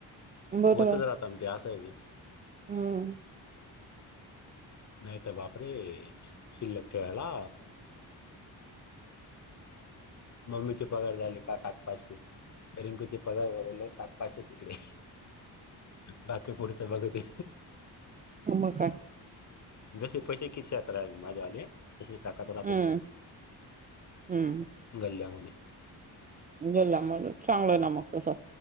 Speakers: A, on the right; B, on the left.
A: बरोबर
B: होत च राहत. अगदी आस आहेे ते.
A: हम्म.
B: नाही तर बापरे शिल्लक ठेवायला. मम्मीचे पगार झाली का टाकपाशी. रिंंगूचे पगार झालेले टाकपायचे तिकडे बाकी पुढच बघते.
A: होय मग काय?
B: जसे पैसे खिशात राल माझ आले. तसे ही ताकत राहते
A: हम्म हम्म
B: गल्ल्यामध्ये.
A: गल्ल्यामध्ये चांगलं ना मग तसं.